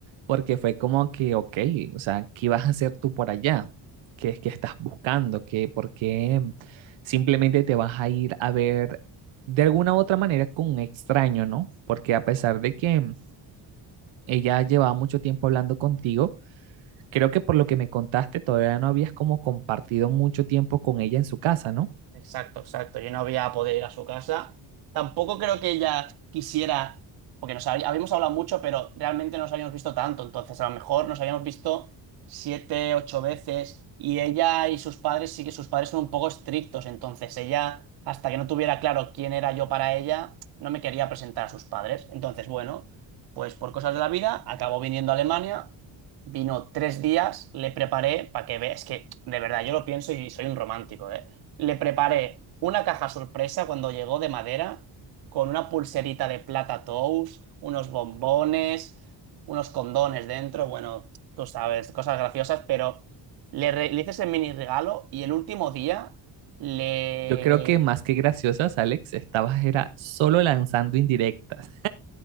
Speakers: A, on the right; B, on the right.
A: porque fue como que, ok, o sea, ¿qué vas a hacer tú por allá? ¿Qué es que estás buscando? ¿Qué, por qué simplemente te vas a ir a ver de alguna u otra manera con un extraño, ¿no? Porque a pesar de que ella llevaba mucho tiempo hablando contigo, creo que por lo que me contaste, todavía no habías como compartido mucho tiempo con ella en su casa, ¿no?
B: Exacto, exacto. Yo no había podido ir a su casa. Tampoco creo que ella quisiera, porque nos habí- habíamos hablado mucho, pero realmente no nos habíamos visto tanto. Entonces, a lo mejor nos habíamos visto siete, ocho veces. Y ella y sus padres, sí que sus padres son un poco estrictos. Entonces, ella, hasta que no tuviera claro quién era yo para ella, no me quería presentar a sus padres. Entonces, bueno, pues por cosas de la vida, acabó viniendo a Alemania. Vino tres días, le preparé para que vea. Es que, de verdad, yo lo pienso y soy un romántico, ¿eh? Le preparé una caja sorpresa cuando llegó de madera, con una pulserita de plata tous, unos bombones, unos condones dentro, bueno, tú sabes, cosas graciosas, pero le, re- le hice ese mini regalo y el último día le,
A: Yo creo que más que graciosas, Alex, estabas era solo lanzando indirectas.